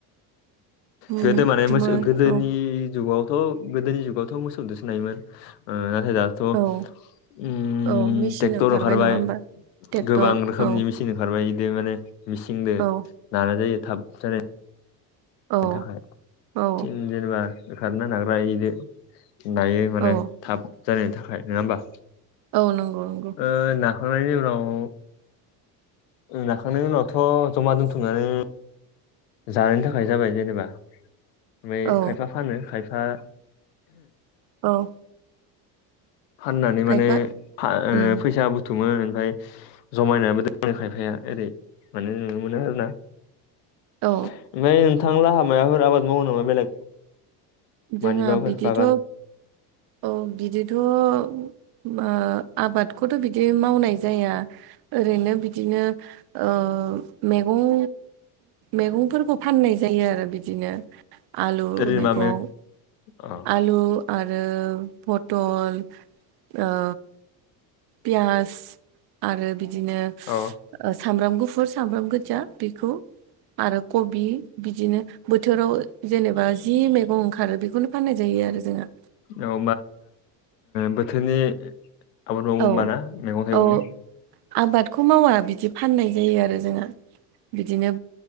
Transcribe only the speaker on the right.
उम,
मो
औ
औ औ मेचिन
ओंखारबाय
नङा होमबा ट्रेक्टर
औ
औ
औ
औ
औ
औ नंगौ नंगौ
औ
औ
खायफा
उम
औ
जोंहा
बिदिथ'
औ बिदिथ' ओ आबादखौथ' बिदि मावनाय जाया। ओरैनो बिदिनो ओ मैगं मैगंफोरखौ फाननाय जायो आरो बिदिनो आलु
मैगं
आलु आरो फटल ओ पियास आरो बिदिनो
सामब्राम गुफुर सामब्राम गोजा बेखौ आरो कबि बिदिनो बोथोराव जेनेबा जि मैगं ओंखारो बेखौनो फाननाय जायो आरो जोंहा।
औ
औ आबादखौ मावा बिदि फाननाय जायो आरो जोंहा। बिदिनो